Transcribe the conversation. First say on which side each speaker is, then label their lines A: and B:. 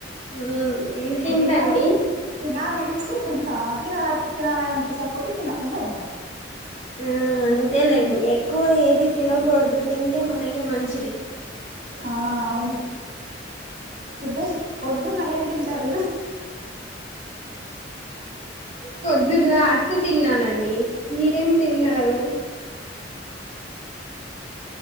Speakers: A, on the left (about 35°); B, on the right (about 45°).
A: మ్మ్ ఇంకేంటండి
B: ఇప్పుడు తినాలనిపిస్ తినాలనిపిస్తే తింటాం తినాలా తినాల అనిపిసకపోతే తినం ఉంగ ఉంటా
A: ఊ అంతేలేండి
B: అంతే
A: ఎక్కువ ఏది తినకూడదు తింటే మనక్ కే మంచ్
B: ఆ అవును సుభోష్ పొద్దున్న ఏంతింటారు హు
A: పొద్దుట రా టు తిన్నానండి మీరేంతిన్నారు